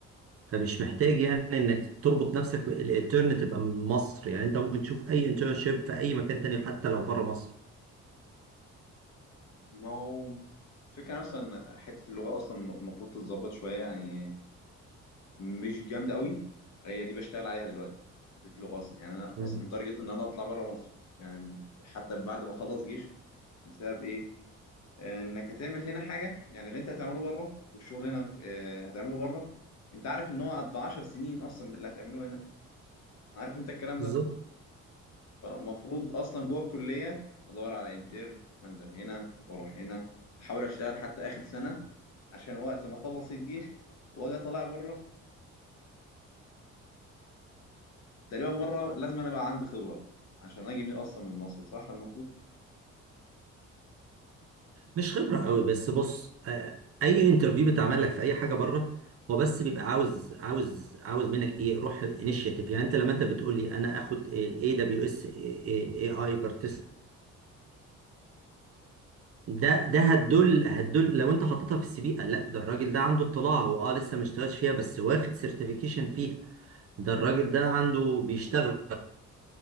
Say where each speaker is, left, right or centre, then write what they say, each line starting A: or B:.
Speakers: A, on the right; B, on the left.
A: فمش محتاج يعني انك تربط نفسك بالانترن تبقى من مصر يعني انت ممكن تشوف اي انترنشيب في اي مكان تاني حتى لو بره مصر
B: ما هو فكرة نفسها ان حتة اللغة اصلا المفروض تتظبط شوية يعني مش جامده قوي هي دي بشتغل عليها دلوقتي حته اللغه اصلا يعني انا
A: مم.
B: اصلا متارجت ان انا اطلع بره مصر يعني حتى بعد ما اخلص جيش بسبب ايه آه، انك هتعمل هنا حاجه يعني اللي انت هتعمله بره والشغل هنا آه، هتعمله بره انت عارف ان هو قد 10 سنين اصلا باللي هتعمله هنا عارف انت الكلام
A: بالظبط
B: ده فالمفروض اصلا جوه الكليه ادور على انترن وانزل هنا واروح هنا احاول اشتغل حتى اخر سنه عشان وقت ما اخلص الجيش واجي اطلع بره تقريبا بره لازم انا بقى عندي خبره عشان اجي من اصلا من مصر صح المفروض
A: مش خبرة قوي بس بص آه، اي انترفيو بيتعمل لك في اي حاجة بره هو بس بيبقى عاوز عاوز عاوز منك ايه روح انيشيتيف يعني انت لما انت بتقول لي انا اخد الاي دبليو اس الاي اي بارتيسيبيشن ده ده هتدل هتدل لو انت حطيتها في السي في قال لا ده الراجل ده عنده اطلاع هو اه لسه ما اشتغلش فيها بس واخد سيرتيفيكيشن فيها ده الراجل ده عنده بيشتغل